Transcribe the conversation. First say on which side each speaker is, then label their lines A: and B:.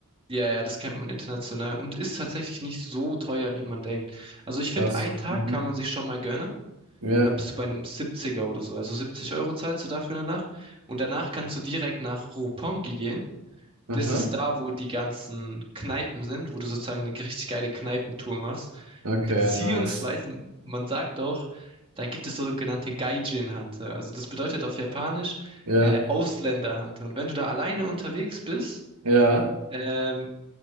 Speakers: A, on the right; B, on the right.
A: Ja, ja, das kennt man international und ist tatsächlich nicht so teuer, wie man denkt. Also ich finde,
B: Das.
A: einen Tag
B: Mhm.
A: kann man sich schon mal gönnen.
B: Ja.
A: Und da bist du bei einem 70er oder so. Also 70 Euro zahlst du dafür eine Nacht. Und danach kannst du direkt nach Roppongi gehen. Das
B: Aha.
A: ist da, wo die ganzen Kneipen sind, wo du sozusagen eine richtig geile Kneipentour machst.
B: Okay,
A: Beziehungsweise,
B: nice.
A: man sagt auch, da gibt es sogenannte Gaijin-Hunter. Also das bedeutet auf Japanisch
B: Ja.
A: äh, Ausländer-Hunter. Und wenn du da alleine unterwegs bist,
B: Ja.
A: ähm,